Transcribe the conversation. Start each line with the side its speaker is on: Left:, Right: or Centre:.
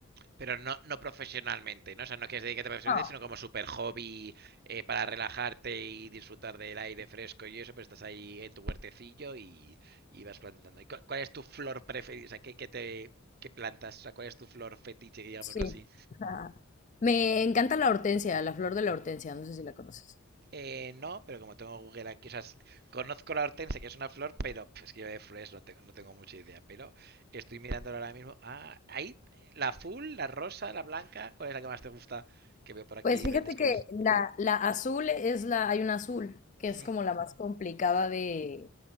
Right: Pero no, no profesionalmente, ¿no? O sea, no quieres dedicarte profesionalmente,
Left: Ah,
Right: sino como super hobby eh, para relajarte y disfrutar del aire fresco y eso, pero estás ahí en tu huertecillo y, y vas plantando. ¿Y cu- cuál, es tu flor preferida? O sea, ¿qué, qué te, qué plantas? O sea, ¿cuál es tu flor fetiche, digámoslo
Left: Sí.
Right: así?
Left: Ajá. Me encanta la hortensia, la flor de la hortensia, no sé si la conoces.
Right: Eh, no, pero como tengo Google aquí, o sea, s- conozco la hortensia, que es una flor, pero pf, es que yo de flores no tengo, no tengo mucha idea, pero estoy mirándolo ahora mismo. Ah, ahí, la azul, la rosa, la blanca, ¿cuál es la que más te gusta? Que veo por aquí
Left: Pues
Right: diferentes
Left: fíjate
Right: colores.
Left: que la, la azul es la, hay una azul, que es
Right: Mm.
Left: como la más complicada de,